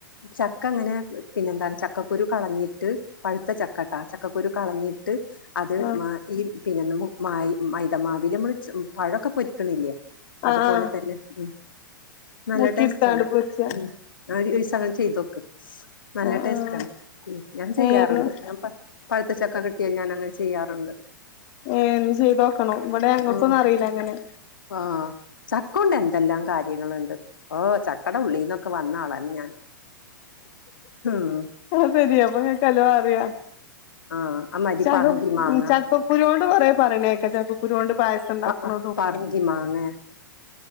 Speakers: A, on the left (about 75°); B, on the left (about 40°).
A: ചക്ക അങ്ങനെ പിന്നെന്താണ് ചക്കക്കുരു കളഞ്ഞിട്ട്...... പഴുത്ത ചക്കട്ട ചക്കക്കുരു കളഞ്ഞിട്ട് അത് <unintelligible>
B: ആ
A: ഈ പിന്നെ <unintelligible> മൈ മൈതമാവല് ച്ച് നമ്മള് പഴൊക്കെ പൊരിക്ക്ണില്ലേ അത്പോലെ
B: ആ ആ
A: തന്നെ ഉം നല്ല
B: മുക്കിടുത്താണ്ട്
A: ടേസ്റ്റ് ആണ്
B: പൊരിച്ച
A: ഉം <unintelligible> അതും <unintelligible> ചെയ്തോക്ക് നല്ല
B: ആ ആ
A: ടേസ്റ്റ് ആണ് ഉം ചെയ്യാറ്ണ്ട്
B: ഏ ഏ
A: ഞാൻ പ പഴുത്തച്ചക്ക കിട്ട്യാൽ ഞാൻ അങ്ങനെ ചെയ്യാറ്ണ്ട്
B: ഏഹ് ഇന്ന് ചെയ്തോക്കണം ഇവടെ ഞങ്ങൾക്കൊന്നും
A: ഉം
B: അറിയില്ല ഇങ്ങനെ
A: ആഹ് ചക്കോണ്ട് എന്തെല്ലാം കാര്യങ്ങളുണ്ട് ഓഹ് ചക്കട ഉള്ളീന്നൊക്കെ വന്ന ആളാണ് ഞാൻ ഉം
B: അത് ശരിയ അപ്പങ്ങക്ക് എല്ലോം അറിയ
A: ആഹ് അമാരി
B: ചക്ക
A: പറങ്കി മാങ്ങ
B: ചക്കക്കുരോണ്ട് കൊറെ പറയണേക്ക ചക്കക്കുരു കൊണ്ട് പായസം ഉണ്ടാക്കണതും
A: പ പറങ്കി മാങ്ങെ